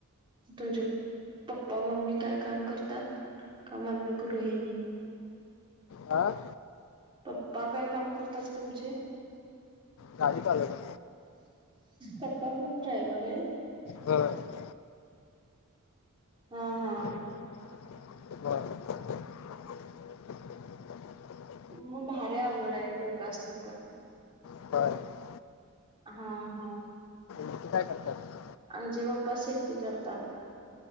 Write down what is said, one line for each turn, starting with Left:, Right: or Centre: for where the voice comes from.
Right: तुमचे पप्पा मम्मी काय काम करतात का मम्मी गृहिणी
Left: आह
Right: पप्पा काय काम करतात तुमचे
Left: काही चाले का
Right: पप्पा पण ड्रायव्हर आहे
Left: हा
Right: हा हा
Left: बर
Right: मग भारी आवड आहे दोगासणी पण
Left: ह
Right: हा हा
Left: तुम्ही काय करतात
Right: आंमचे पप्पा शेती करतात